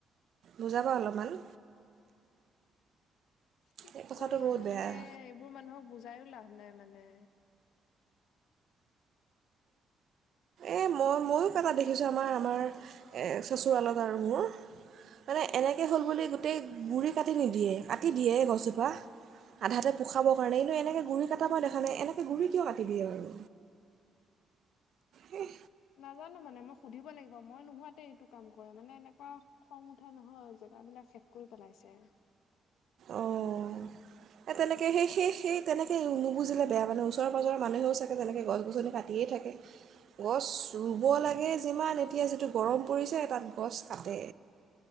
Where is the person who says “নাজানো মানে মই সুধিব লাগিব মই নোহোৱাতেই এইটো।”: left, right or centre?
Left